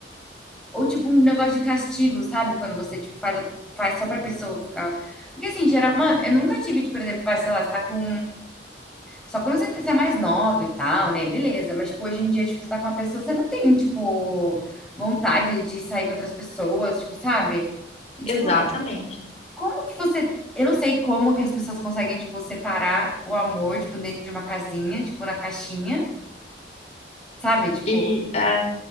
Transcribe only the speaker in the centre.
Ou tipo um negócio de castigo, sabe? Quando você tipo faz a- faz só pra pessoa ficar. Porque assim, geral, mano, eu nunca tive, tipo, por exemplo, vai, sei lá, você tá com só quando você, tá- você é mais nova e tal, né? Beleza, mas tipo, hoje em dia, tipo, você tá com uma pessoa, você não tem, tipo, vontade de sair com outras pessoas, tipo, sabe? E tipo,
como que você Eu não sei como que as pessoas conseguem, tipo, separar o amor, tipo, dentro de uma casinha, tipo, na caixinha, sabe? Tipo,